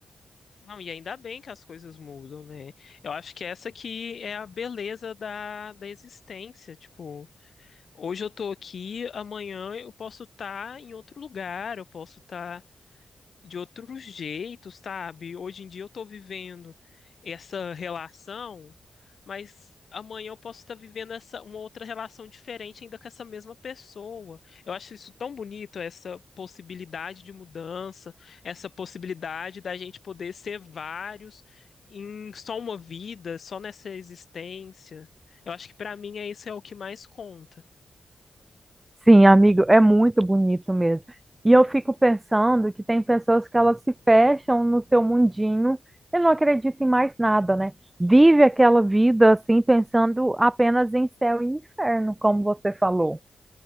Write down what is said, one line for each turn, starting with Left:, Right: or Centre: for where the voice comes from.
Left: Não, e ainda bem que as coisas mudam, né? Eu acho que essa aqui é a beleza da, da existência, tipo. Hoje eu tô aqui, amanhã eu posso estar em outro lugar, eu posso estar de outro jeito, sabe? Hoje em dia eu tô vivendo essa relação, mas amanhã eu posso estar vivendo essa uma outra relação diferente ainda com essa mesma pessoa. Eu acho isso tão bonito, essa possibilidade de mudança, essa possibilidade da gente poder ser vários em só uma vida, só nessa existência. Eu acho que pra mim é isso é o que mais conta.
Right: Sim, amigo, é muito bonito mesmo. E eu fico pensando que tem pessoas que elas se fecham no seu mundinho e não acreditam em mais nada, né? Vive aquela vida assim, pensando apenas em céu e inferno, como você falou.